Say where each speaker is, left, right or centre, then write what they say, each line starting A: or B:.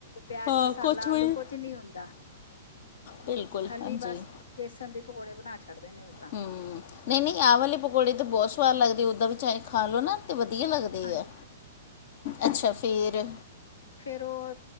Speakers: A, on the left (about 80°); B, on the left (about 55°).
A: ਪਿਆਜ,
B: ਹਾਂ
A: ਮਸਾਲਾ,
B: ਕੋਥਮੀਰ
A: ਆਲੂ ਕੁੱਝ ਨਹੀਂ ਹੁੰਦਾ,
B: ਬਿਲਕੁਲ
A: ਖਾਲੀ
B: ਹਾਂਜੀ
A: ਬਸ ਵੇਸਨ ਦੇ ਪਕੌੜੇ ਬਣਾ ਛਡਦੇ ਨੇ ਉਹ। ਤਾਂ
B: ਹੂੰ, ਨਹੀਂ-ਨਹੀਂ ਆਹ ਵਾਲੇ ਪਕੌੜੇ ਤਾ ਬਹੁਤ ਸਵਾਦ ਲਗਦੇ, ਓਦਾਂ ਵੀ ਚਾਹੇ ਖਾਲੋ ਨਾ। ਤ ਵਧੀਆ ਲੱਗਦੇ
A: ਹਾਂਜੀ
B: ਆ, ਅੱਛਾ ਫਿਰ
A: ਫਿਰ ਉਹ,